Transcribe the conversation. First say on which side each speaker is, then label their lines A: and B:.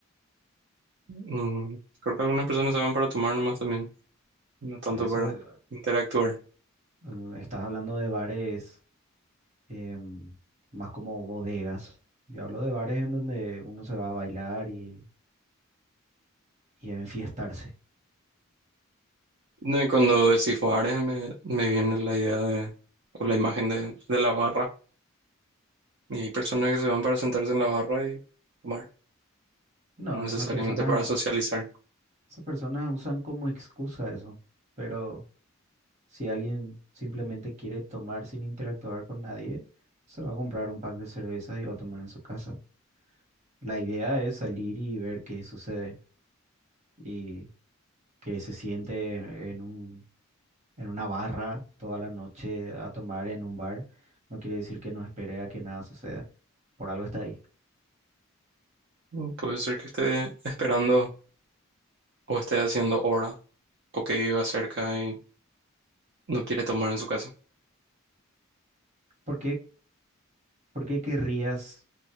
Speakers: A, on the right (about 55°); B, on the right (about 35°).
A: Mm, creo que algunas personas se van para tomar nomás también, no tanto
B: Eso,
A: para
B: es-
A: interactuar.
B: eh, estás hablando de bares em, más como bodegas. Yo hablo de bares en donde uno se va a bailar y, y a enfiestarse.
A: No, y cuando decís bares me, me viene la idea de, o la imagen de, de la barra. Y hay personas que se van para sentarse en la barra y tomar,
B: No,
A: no necesariamente
B: esas personas,
A: para
B: u-
A: socializar.
B: esas personas usan como excusa eso. Pero Si alguien simplemente quiere tomar sin interactuar con nadie, se va a comprar un pack de cervezas y va a tomar en su casa. La idea es salir y ver qué sucede y que se siente en un, en una barra toda la noche a tomar en un bar. No quiere decir que no espere a que nada suceda. Por algo está ahí.
A: Mm, Puede ser que esté esperando o esté haciendo hora o que iba cerca y no quiere tomar en su casa.
B: ¿Por qué, por qué querrías